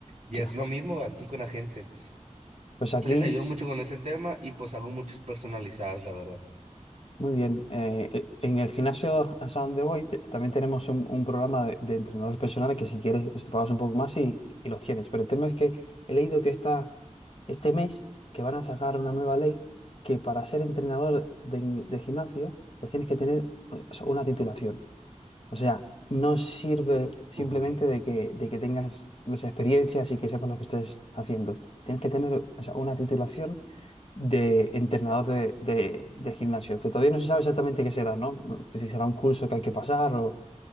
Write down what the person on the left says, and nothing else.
ya.
Pues aquí.
Muy bien. Eh, e- en el gimnasio a donde voy te- también tenemos un, un programa de, de entrenadores personales que si quieres te pagas un poco más y, y los tienes. Pero el tema es que he leído que esta este mes que van a sacar una nueva ley que para ser entrenador de, de gimnasio pues tienes que tener eh, una titulación. O sea, no sirve simplemente
de que, de que tengas las experiencias y que sepas lo que estés haciendo. Tienes que tener, o sea, una titulación de entrenador de, de- de gimnasio, que todavía no se sabe exactamente qué será, ¿no? No sé Si será un curso que hay que pasar o...